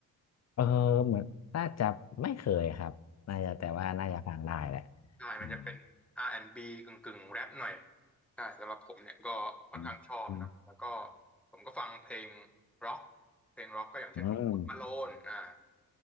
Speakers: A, on the left; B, in the centre.
A: เออเหมือนน่าจะไม่เคยครับน่าจะแต่ว่าน่าจะฟังได้แหละ
B: ใช่มันจะเป็น
A: อืม
B: R&B กึ่งกึ่งแรปหน่อยใช่สำหรับผมเนี่ยก็ค่อนข้างชอบนะแล้วก็
A: อืม
B: ผมก็ฟังเพลงร็อกเพลงร็อกก็อย่างเช่นของพลมาโลนอ่า
A: อืม